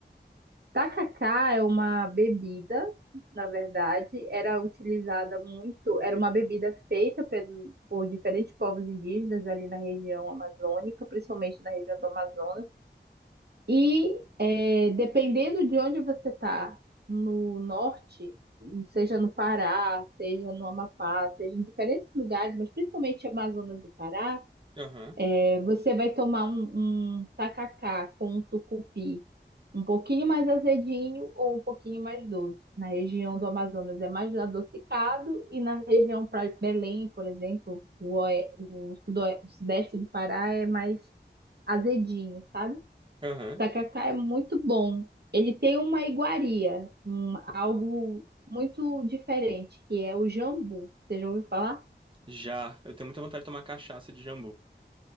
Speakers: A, on the right (about 60°); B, on the right (about 25°).
A: Tacacá é uma bebida, na verdade, era utilizada muito, era uma bebida feita pelo- por diferentes povos indígenas ali na região amazônica, principalmente na região do Amazonas. E é, dependendo de onde você está, no norte, seja no Pará, seja no Amapá, seja em diferentes lugares, mas principalmente Amazonas do Pará,
B: Aham,
A: é, você vai tomar um, um tacacá com um tucupi um pouquinho mais azedinho ou um pouquinho mais doce. Na região do Amazonas é mais adocicado e na região para Belém, por exemplo, o, oe- o sudoe- o sudeste do Pará é mais azedinho, sabe?
B: aham.
A: Tacacá é muito bom. Ele tem uma iguaria, um- algo muito diferente, que é o jambu. Você já ouviu falar?
B: Já, eu tenho muita vontade de tomar cachaça de jambu.